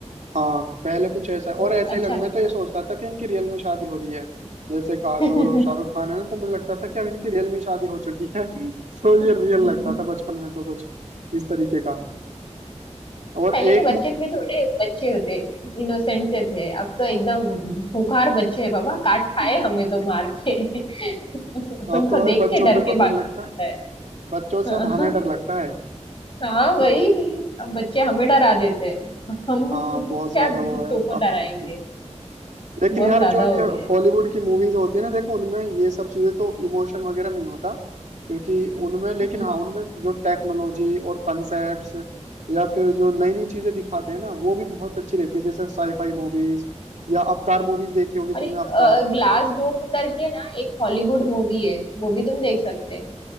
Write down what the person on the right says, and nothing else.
हाँ हाँ पहले कुछ ऐसा और
ऐसा
ही लग
मैं तो ये सोचता था कि इनकी रियल में शादी हो रही है जैसे काजोल
और शाहरुख खान है ना तो मुझे लगता था कि अब इनकी रियल में शादी हो चुकी है <laughs> तो
ये रियल लगता था बचपन में तो कुछ इस तरीके का और
एक
मु...
<laughs>
अब तो भाई
बच्चों
को ही
पता
नहीं लगता
बच्चों
से अब हमें
डर लगता है
<laughs>
हाँ बहुत
ज्यादा
वो है
अब
अब तो लेकिन
यार
जो
ये
हॉलीवुड की मूवीज होती है ना देखो उनमें ये सब चीजें तो इमोशन वगैरह नहीं होता क्योंकि उनमें लेकिन
हाँ उनमें जो टेक्नोलॉजी और कंसेप्ट्स या फिर जो नई नई चीजें दिखाते हैं ना वो भी बहुत अच्छी रहती है जैसे साईफाई मूवीज या अवतार मूवीज देखी होगी तुमने
अवतार